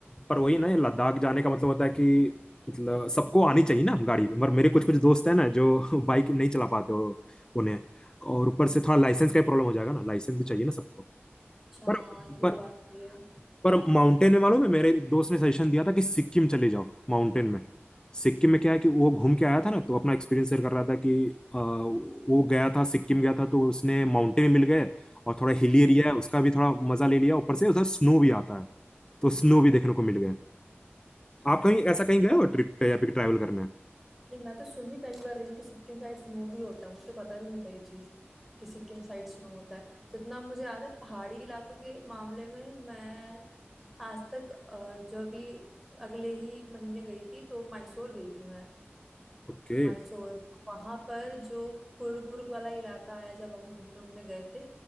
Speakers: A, on the left; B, in the centre.
A: पर वही ना ये लद्दाख जाने का मतलब होता है कि मतलब सबको आनी चाहिए ना गाड़ी पर मेरे कुछ कुछ दोस्त हैं ना जो <laughs> बाइक नहीं चला पाते हो उन्हें और ऊपर से थोड़ा लाइसेंस का प्रॉब्लम हो जाएगा ना लाइसेंस भी चाहिए ना सबको
B: अच्छा हाँ
A: पर
B: ये
A: पर
B: बात भी है
A: पर माउंटेन में मालूम है मेरे एक दोस्त ने सजेशन दिया था कि सिक्किम चले जाओ माउंटेन में सिक्किम में क्या है कि वो घूम के आया था ना तो अपना एक्सपीरियंस शेयर कर रहा था कि अ, वो गया था सिक्किम गया था तो उसने माउंटेन मिल गए और थोड़ा हिली एरिया है उसका भी थोड़ा मजा ले लिया ऊपर से उधर स्नो भी आता है तो स्नो भी देखने को मिल गए आप कहीं ऐसा कहीं गए हो ट्रिप पे या फिर ट्रैवल करने
B: नहीं मैं तो सुन भी पहली बार रही हूँ कि सिक्किम साइड स्नो भी होता है मुझे तो पता भी नहीं था ये चीज कि सिक्किम साइड स्नो होता है जितना मुझे याद है पहाड़ी इलाकों के मामले में मैं आज तक अ, जो अभी अगले ही महीने गई थी तो मैसूर गई थी मैं
A: ओके
B: मायसोर तो वहां पर जो कुर्ग वुर्ग वाला इलाका है जब हम घूमने उमने गए थे